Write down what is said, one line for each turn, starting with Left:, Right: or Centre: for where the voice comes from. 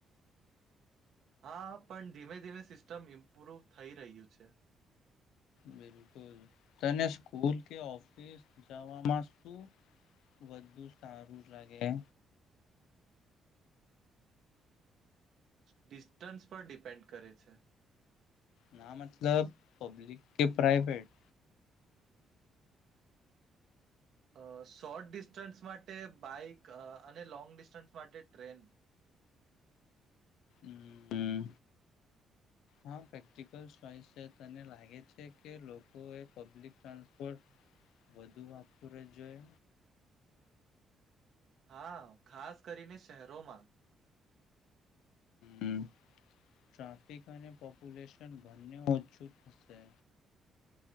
Right: હા પણ ધીમે ધીમે સિસ્ટમ ઇમ્પ્રુવ થઈ રહ્યુ, છ.
Left: બિલકુલ તને સ્કૂલ કે ઓફિસ જવાસ્તુ વધુ સારું લાગે.
Right: ડિસ્ટન્સ પર ડિપેન્ડ કરે છે.
Left: ના મતલબ પબ્લિક કે પ્રાઈવેટ
Right: અ શોર્ટ ડિસ્ટન્સ માટે બાઈક અને લોંગ ડિસ્ટન્સ માટે ટ્રેન
Left: હમ્મ હા પ્રેક્ટિકલ ચોઈસ છે તને લાગે છે કે લોકોએ પબ્લિક ટ્રાન્સપોર્ટ વધુ વાતું રહેજો એ.
Right: હા ખાસ કરીને શહેરોમાં
Left: હમ ટ્રાફિક અને પોપ્યુલેશન બંને ઓછું થશે.